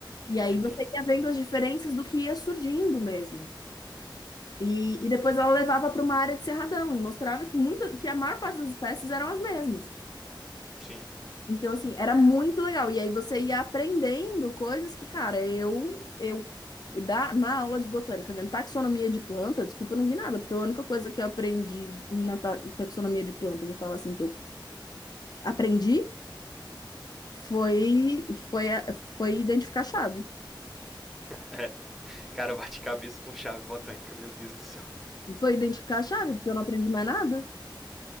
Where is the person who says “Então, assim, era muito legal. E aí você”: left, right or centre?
Left